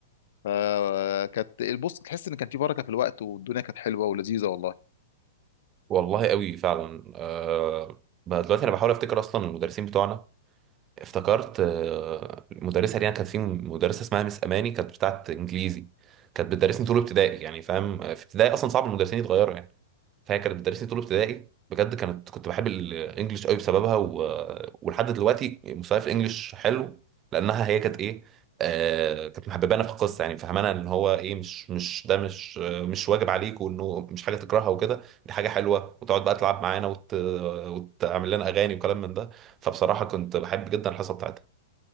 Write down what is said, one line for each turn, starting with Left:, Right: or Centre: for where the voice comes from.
Left: فكانت البص تحس ان كان في بركه في الوقت والدنيا كانت حلوه ولذيذه والله
Right: والله قوي فعلا أه بقى دلوقتي انا بحاول افتكر اصلا المدرسين بتوعنا افتكرت أه المدرسه دي أنا كانت في مدرسه اسمها مس اماني كانت بتاعت انجليزي كانت بتدرسني طول ابتدائي يعني فاهم في ابتدائي اصلا صعب المدرسين يتغيروا يعني. فاكر مدرستي طول ابتدائي بجد كانت كنت بحب الانجليش قوي بسببها و... ولحد دلوقتي مستواي في الانجليش حلو لانها هي كانت ايه آه كانت محببانا في القصه يعني فهمانا ان هو ايه مش مش ده مش آه، مش واجب عليك وانه مش حاجه تكرهها وكده دي حاجه حلوه وتقعد بقى تلعب معانا وت... وتعمل لنا اغاني وكلام من ده فبصراحه كنت بحب جدا الحصه بتاعتها